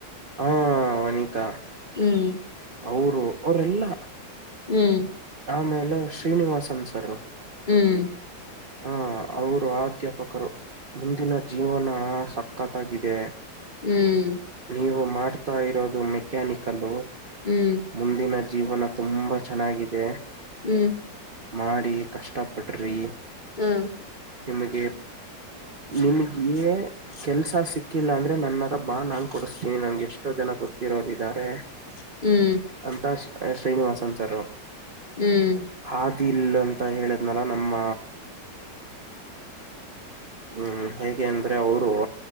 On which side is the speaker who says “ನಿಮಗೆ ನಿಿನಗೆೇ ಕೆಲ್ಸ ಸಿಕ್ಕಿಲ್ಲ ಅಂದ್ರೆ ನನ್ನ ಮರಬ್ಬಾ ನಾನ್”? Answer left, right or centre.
Right